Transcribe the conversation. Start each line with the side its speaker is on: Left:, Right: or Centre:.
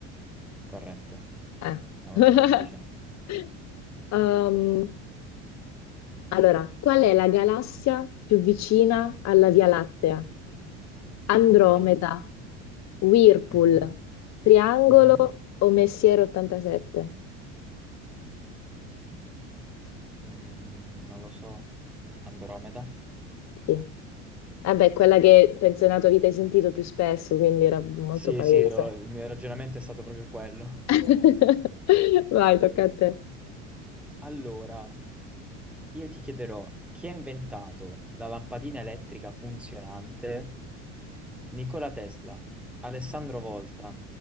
Centre: Corretto,
Left: Eh.
Centre: è molto
Left: <laughs>
Centre: semplice.
Left: Um, allora, qual è la galassia più vicina alla Via Lattea? Andromeda,
Centre: Ok.
Left: Whirlpool,
Centre: Mhm,
Left: Triangolo
Centre: mhm.
Left: o Messier 87?
Centre: Mm, non lo so. Andromeda?
Left: Sì. Vabbè, quella che penso nella tua vita hai sentito più spesso, quindi era molto
Centre: Sì,
Left: palese.
Centre: sì, ho- il mio ragionamento è stato proprio quello.
Left: <laughs> Vai, tocca a te.
Centre: Allora, io ti chiederò chi ha inventato la lampadina elettrica funzionante? Nikola Tesla, Alessandro Volta,